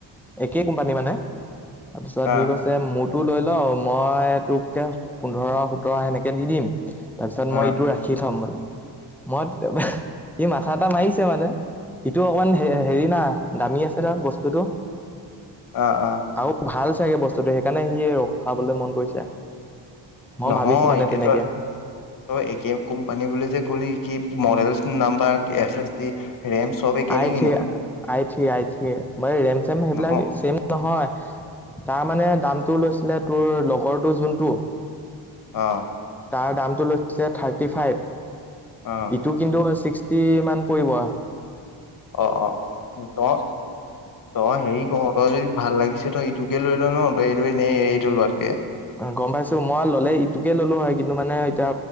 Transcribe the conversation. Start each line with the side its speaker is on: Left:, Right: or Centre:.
Centre: একে কোম্পানী মানে তাৰপিছত
Left: অ
Centre: সি গৈছে মুঠ ত্ই লৈ ল মই তোক পোন্ধৰ সোতৰ সেনেকে দি দিম তাৰ পিছত
Left: অ
Centre: মই ইটো ৰাখি থম মানে মত সি মাথা এটা মাৰিছে মানে। ইটো অকমান হে হেৰিনা দামী আছিল না বস্তুটো।
Left: অ অ
Centre: আৰু ভাল চাগে বস্তুটো সেইকাৰণে সিয়ে ৰখাবলৈ মন কৰিছে। মই
Left: নহয়
Centre: ভাবিছো মানে
Left: এতিয়াতো
Centre: তেনেকে
Left: ত একে কোম্পানী বুলি যে কলি কি মৰেলছ number S S D RAM চব একে
Centre: আই
Left: নে কিনো
Centre: থ্ৰি আই থ্ৰি আই থ্ৰি মানে ৰেম-ছেম সেইবিলাক
Left: নহয়
Centre: ছেম নহয় তাৰ মানে দামটো লৈছিলে তোৰ লগৰটো জোনটো
Left: অ'।
Centre: তাৰ দামটো লৈছিলে থাৰ্টিফাইভ
Left: অ
Centre: ইটো কিন্তু ছিক্স তি মান পৰিব আৰ।
Left: অ', অ' তয় হেৰি কৰ তয় জদি ভাল লাগিছে তই ইটোকে লৈল, ন তই এইটো এনেই এইটো লোৱাত
Centre: উম গম পাইছো মই ল'লে ইটোকে ল'লো হয় কিন্তু মানে এতিয়া